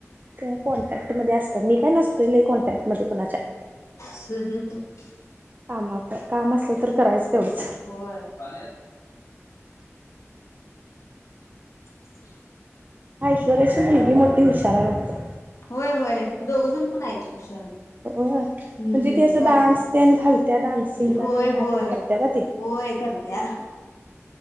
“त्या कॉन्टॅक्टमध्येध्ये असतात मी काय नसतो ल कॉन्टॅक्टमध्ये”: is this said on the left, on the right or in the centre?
Right